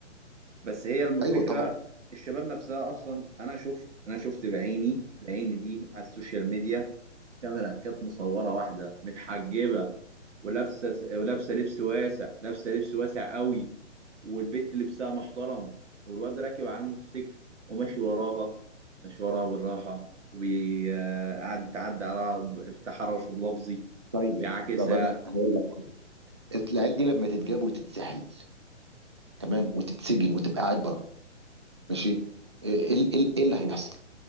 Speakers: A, on the right; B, on the right.
A: بس هي الفكره
B: ايوه طبعا
A: الشباب نفسها اصلا انا شفت انا شفت بعيني بعيني دي على السوشيال ميديا كاميرا كانت مصوره واحده متحجبه ولابسه ولابسه لبس واسع لابسه لبس واسع قوي والبت لبسها محترم والواد راكب على الموتوسيكل وماشي وراها ماشي وراها بالراحة وقعد يتعدى عليها ب- بتحرش لفظي
B: طيب
A: ويعاكسها
B: طب انا هقول لك العيال دي لما تتجاب وتتسحل تمام وتتسجن وتبقى عبره ماشي ايه إيه- إيه اللي هيحصل